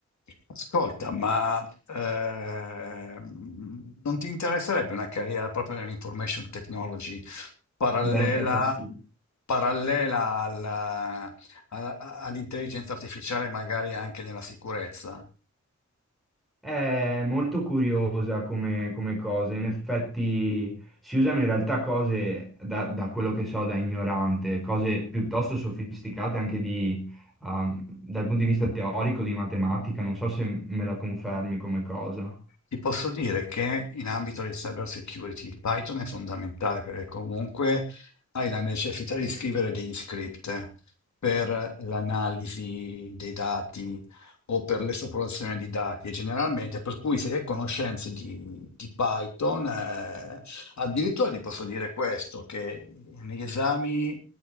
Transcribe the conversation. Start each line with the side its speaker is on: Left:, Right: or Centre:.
Left: Ascolta, ma ehm, non ti interesserebbe una carriera proprio nell'information technology parallela,
Centre: Va bene, eh beh, sì.
Left: parallela alla- alla- all'intelligenza artificiale, magari anche nella sicurezza?
Centre: È molto curiosa come, come cosa, in effetti si usano in realtà cose, da, da quello che so, da ignorante, cose piuttosto sofisticate anche di, um, dal punto di vista teorico di matematica, non so se me la confermi come cosa.
Left: Ti posso dire che in ambito di cyber security il Python è fondamentale perché comunque hai la necessità di scrivere degli script per l'analisi dei dati o per l'esplorazione di dati e generalmente per cui se hai conoscenze di, di Python, eh, addirittura ti posso dire questo, che negli esami